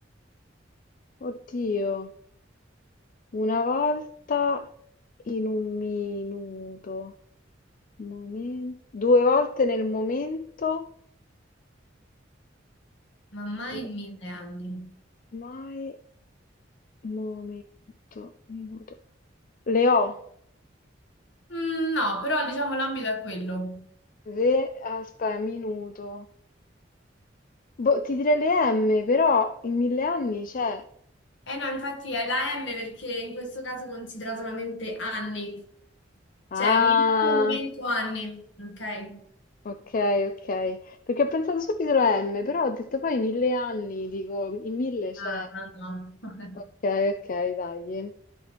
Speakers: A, on the left; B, on the left.
A: Oddio, una volta in un minuto, momen- due volte nel momento
B: ma mai
A: e
B: in mille anni.
A: mai momento, minuto. Le ho,
B: Mm, no, però diciamo l'ambito è quello.
A: ve, aspetta, minuto. Boh, ti direi le M, però in mille anni c'è.
B: Eh no, infatti è la M perché in questo caso è considerato solamente anni, cioè
A: Ah,
B: minuto, momento, anni, ok?
A: ok, ok. Perché ho pensato subito alla M, però ho detto poi in mille anni, dico, in mille c'è.
B: Ah, no. no.
A: Ok,
B: <laughs>
A: ok, dai.